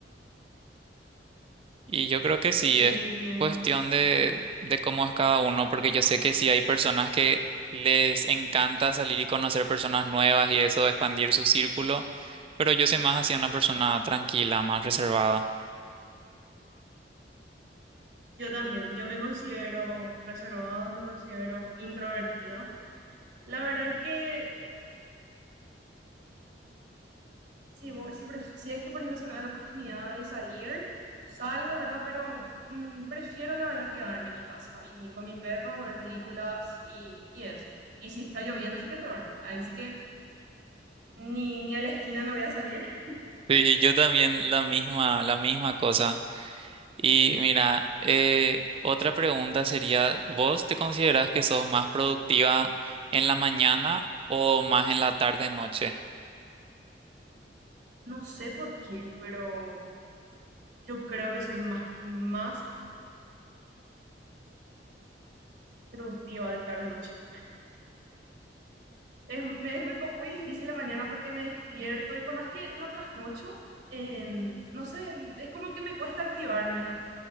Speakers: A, on the right; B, on the right.
A: Y yo creo que sí,
B: sí,
A: es
B: entiendo.
A: cuestión de, de cómo es cada uno, porque yo sé que sí hay personas que les encanta salir y conocer personas nuevas y eso, expandir su círculo, pero yo soy más hacia una persona tranquila, más reservada. <laughs>
B: Yo también, yo me considero reservada, me considero introvertida. La verdad que Si, vo- si, pref- si es que, por ejemplo, se me da la oportunidad de salir, salgo, ¿verdad? Pero mm, prefiero, la verdad, quedarme en mi casa y con mi perro, ver películas y, y eso. Y si está lloviendo, sí que peor. Ahí sí que ni, ni a la esquina no voy a salir. <laughs>
A: Sí, yo también la misma, la misma cosa. Y mira, eh, otra pregunta sería, ¿vos te considerás que sos más productiva en la mañana o más en la tarde-noche?
B: No sé por qué, pero yo creo que soy más, más productiva de tarde-noche. Es, me es muy, co- muy difícil la mañana porque me despierto y por más que no trasnocho, en, no sé, es como que me cuesta activarme.